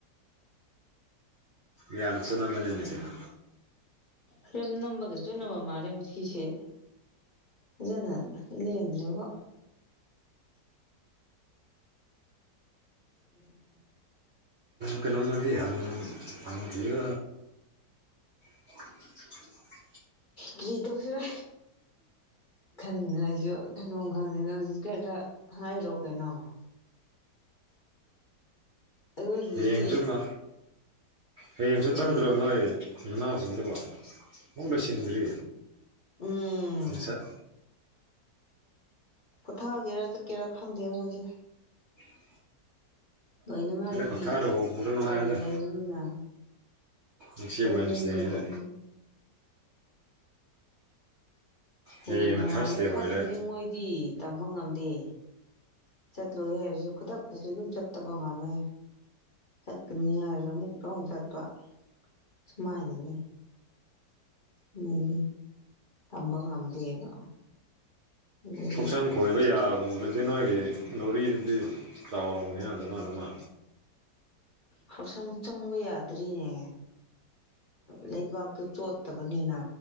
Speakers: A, on the right (about 60°); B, on the left (about 40°).
A: ꯌꯥꯅꯁꯨꯅꯕꯅꯤꯅꯦꯗꯅ
B: ꯁꯦꯝ ꯅꯝꯕꯒ ꯆꯨꯅꯕ ꯃꯥꯜꯂꯦ ꯁꯤꯁꯦ ꯖꯅ ꯏꯟ꯭ꯦ ꯋꯥ <unintelligible>
A: ꯀꯩꯅꯣꯝꯃꯗꯤ ꯍꯜꯅ ꯐꯥꯪꯊꯣ <inaudible>
B: ꯀꯔꯤꯇꯧꯁꯤꯔꯥ ꯈꯟꯗ ꯍꯥꯏꯁꯨ ꯀꯩꯅꯣꯝ ꯈꯪꯗꯦꯅ ꯍꯧ ꯀꯩ ꯈꯔ ꯍꯥꯏꯔꯣ ꯀꯩꯅꯣꯕ ꯑꯩꯈꯣꯏꯒꯤꯁꯤ
A: ꯍꯌꯦꯡꯁꯨ ꯅ ꯍꯌꯦꯡꯁꯨ
B: ꯀꯔꯤ
A: ꯆꯠꯀꯗ꯭ꯔꯣ ꯅꯣꯏ ꯃꯅꯥꯎꯁꯤꯡꯗꯀꯣ ꯑꯃꯨꯛ ꯂꯣꯏꯁꯤꯟꯗ꯭ꯔꯤ
B: ꯎꯝ
A: ꯉꯁꯥꯏ
B: ꯄꯨꯣꯊꯛꯑꯒꯦꯔꯥ ꯆꯠꯀꯦꯔꯥ ꯈꯪꯗꯦ ꯃꯣꯏꯁꯦ
A: ꯑ
B: ꯂꯣꯏꯅꯉ ꯑꯩꯗꯤ
A: ꯄꯣꯊꯥꯔꯨꯔꯅꯨ
B: ꯇꯝ
A: ꯍꯥꯏꯕꯗ
B: ꯂꯩꯕꯅ
A: ꯉꯁꯤ
B: ꯀꯩꯒ
A: ꯋꯦꯟꯁꯗꯦꯅ
B: ꯆꯠ ꯍꯌꯦꯡ
A: ꯍꯌꯦꯡꯅ
B: ꯅꯣꯡꯉꯥꯜꯂꯞ
A: ꯊꯥꯔꯁꯗꯦ ꯑꯣꯏꯔꯦ
B: ꯈꯪꯒꯅꯤ ꯃꯣꯏꯗꯤ ꯇꯝꯕ ꯉꯝꯗꯦ ꯆꯠꯂꯣꯏ ꯍꯥꯏꯔꯁꯨ ꯈꯨꯗꯛꯇꯁꯨ ꯑꯗꯨꯝ ꯆꯠꯇꯕ ꯉꯝꯃꯦ ꯆꯠꯀꯅꯤ ꯍꯥꯏꯔꯁꯨ ꯑꯃꯨꯛꯇ ꯑꯃꯨꯛ ꯆꯠꯄ ꯁꯨꯃꯥꯏꯅꯅꯤ ꯎꯗꯤ ꯇꯝꯕ ꯉꯝꯗꯦꯕ ꯑꯗꯨꯒꯤ
A: ꯊꯣꯛꯆꯟ ꯀꯣꯏꯕ ꯌꯥꯨꯔꯗꯤ ꯅꯒꯤ ꯂꯧꯔꯤꯗꯨꯗꯤ ꯆꯥꯎꯔꯝꯒꯅꯤ ꯑꯗꯃꯗꯃ
B: ꯍꯣꯔꯁꯪ ꯆꯪꯕ ꯌꯥꯗ꯭ꯔꯤꯅꯦ ꯂꯩꯕꯥꯛꯇꯨ ꯆꯣꯠꯇꯕꯅꯤꯅ